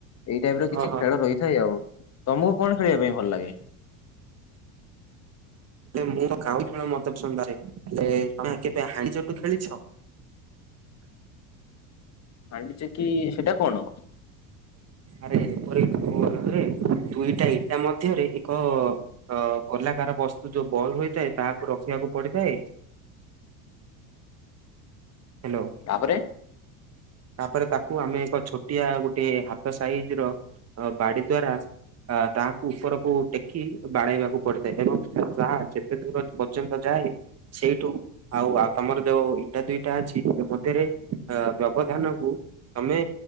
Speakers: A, on the left; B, on the right.
A: ଏଇ ଟାଇପ ର କିଛି
B: ଓହୋ
A: ଖେଳ ରହିଥାଏ ଆଉ। ତମକୁ କଣ ଖେଳିବା ପାଇଁ ଭଲ ଲାଗେ?
B: ହେ ମୁଁ ଗାଉଁ ମଦ ସନ୍ଧାରେ ହେଲେ ତମେ କେବେ ହାଡି ଚଟୁ ଖେଳିଛ <unintelligible>
A: ଆଣିଛି କି ସେଟା କଣ?
B: ଆରେ ଏପରିରେ ଦୁଇଟା ଏଇଟା ମଧ୍ୟରେ ଏକ ଅ ଗୋଲାକାର ବସ୍ତୁ ଯୋଉ ବଲ ହୋଇଥାଏ ତାହାକୁ ରଖିବାକୁ ପଡିଥାଏ। ହ୍ୟାଲୋ
A: ତାପରେ!
B: ତାପରେ ତାକୁ ଆମେ ଏକ ଛୋଟିଆ ଗୋଟେ ହାତ ସାଇଜ ର- ଅ ବାଡ଼ି ଦ୍ଵାରା- ଅ ତାହାକୁ ଉପରକୁ ଟେକି ବାଡ଼େଇବାକୁ ପଡିଥାଏ। ଏବଂ ତାହା ଯେତେ ଦୂର ପର୍ଯ୍ୟନ୍ତ ଯାଏ- ସେଇଠୁ ଆଉ ଆଉ ତମର ଯୋଉ ଇଟା ଦୁଇ- ଅ ସେମରେ ଅ ବ୍ୟବଧାନ କ ତମେ